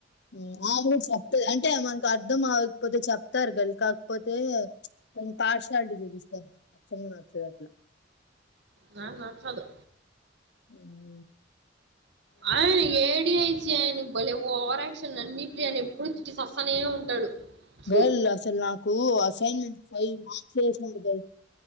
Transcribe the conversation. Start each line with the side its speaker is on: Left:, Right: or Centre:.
Left: ఉమ్ ఆవిడ చెప్తద్ అంటే, అది మనకు అర్ధం అవకపోతే చెప్తారు గాని, కాకపోతే కొంచం పార్షాలిటీ చూపిస్తారు. నాకు నచ్చనే నచ్చదు అట్లా.
Right: నాక్ నచ్చాదు.
Left: ఉమ్మ్.
Right: ఆయన ఏడియా ఇచ్చే ఆయన. బలే ఓవర్ యాక్షన్. నన్నీ, ప్రియాని ఎప్పుడు తిట్టి సస్తనే ఉంటాడు. ఫు
Left: వెల్, అసలు నాకు అసైన్ మెంట్. ఫైవ్ మార్క్స్ ఏసింది గయ్.